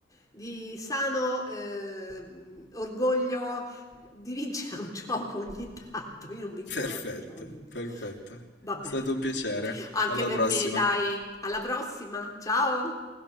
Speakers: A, on the left; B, on the left.
A: di sano eh, orgoglio di vincere un gioco ogni tanto. Io non vinco
B: Perfetto,
A: mai i giochi.
B: perfetto. È
A: Va bene,
B: stato un piacere.
A: anche
B: Alla
A: per
B: prossima.
A: me, dai. Alla prossima, ciao!